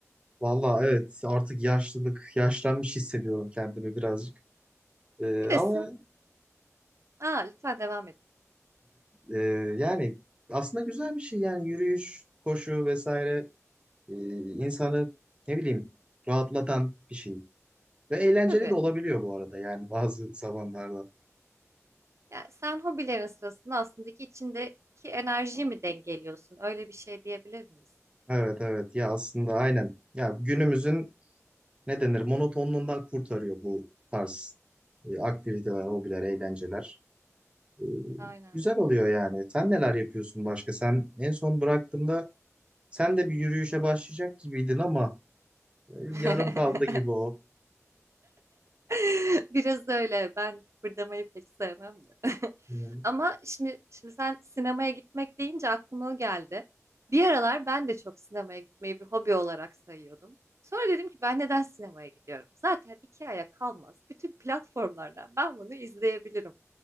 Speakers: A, on the right (about 20°); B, on the right (about 60°).
A: Valla evet artık yaşlılık, yaşlanmış hissediyorum kendimi birazcık. E,
B: Bir
A: ama
B: de sin... Aa, lütfen devam et.
A: e, yani aslında güzel bir şey yani yürüyüş, koşu vesaire e, insanı ne bileyim rahatlatan bir şey. Ve eğlenceli
B: Tabii.
A: de olabiliyor bu arada yani bazı zamanlarda.
B: Yani sen hobilerin sırasında aslında ki içindeki enerjiyi mi dengeliyorsun? Öyle bir şey diyebilir miyiz?
A: Evet evet ya aslında aynen. Ya günümüzün ne denir monotonluğundan kurtarıyor bu tarz e, aktiviteler, hobiler, eğlenceler. E,
B: Aynen.
A: güzel oluyor yani. Sen neler yapıyorsun başka? Sen en son bıraktığında sen de bir yürüyüşe başlayacak gibiydin ama e, yarım
B: <laughs>
A: kaldı gibi o.
B: <laughs> Biraz öyle. Ben kıpırdamayı pek sevmem de. <laughs>
A: Hmm.
B: Ama şimdi şimdi sen sinemaya gitmek deyince aklıma o geldi. Bir aralar ben de çok sinemaya gitmeyi bir hobi olarak sayıyordum. Sonra dedim ki ben neden sinemaya gidiyorum? Zaten iki aya kalmaz. Bütün platformlardan ben bunu izleyebilirim.